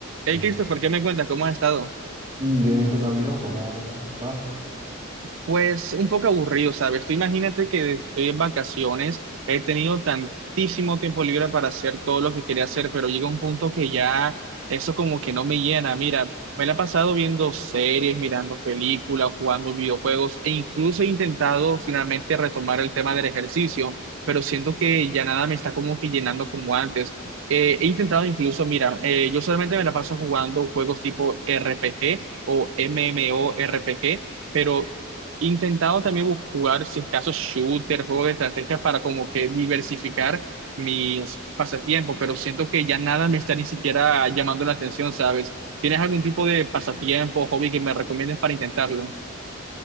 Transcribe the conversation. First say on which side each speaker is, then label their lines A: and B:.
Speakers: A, on the right; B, on the right.
A: Hey
B: Eh,
A: Christopher, ¿qué me cuentas? ¿Cómo has estado?
B: Bien, ¿y tú, Camilo? ¿Cómo estás?
A: Pues un poco aburrido, ¿sabes? Tú imagínate que estoy en vacaciones, he tenido tantísimo tiempo libre para hacer todo lo que quería hacer, pero llega un punto que ya eso como que no me llena. Mira, me la he pasado viendo series, mirando películas, jugando videojuegos e incluso he intentado finalmente retomar el tema del ejercicio, pero siento que ya nada me está como que llenando como antes. Eh, he intentado incluso, mira, eh, yo solamente me la paso jugando juegos tipo RPG o MMORPG pero intentado también bu- jugar, si es caso, shooter, juego de estrategia para como que diversificar mis pasatiempos, pero siento que ya nada me está ni siquiera llamando la atención, ¿sabes? ¿Tienes algún tipo de pasatiempo, hobby que me recomiendes para intentarlo?